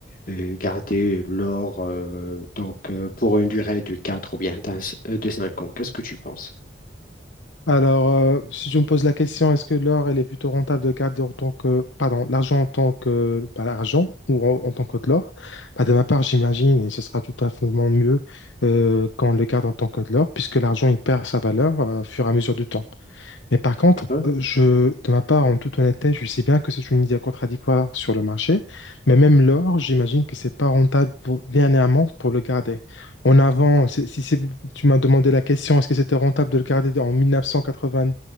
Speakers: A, on the left; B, on the left.
A: et garder l'or euh, donc euh, pour une durée de quatre ou bien d'un- euh, de cinq ans. Qu'est-ce que tu penses?
B: Alors, euh, si je me pose la question, est-ce que l'or, elle est plutôt rentable de garder en tant que, pardon, l'argent en tant que, pas l'argent ou en, en tant que de l'or? Bah, de ma part, j'imagine, et ce sera tout à fait mieux euh, quand on le garde en tant que de l'or, puisque l'argent, il perd sa valeur euh, au fur et à mesure du temps. Mais par contre,
A: D'accord.
B: euh, je, de ma part, en toute honnêteté, je sais bien que c'est une idée contradictoire sur le marché, mais même l'or, j'imagine que c'est pas rentable pour, dernièrement pour le garder. En avant, c'est- si c'est- tu m'as demandé la question, est-ce que c'était rentable de le garder en 1980,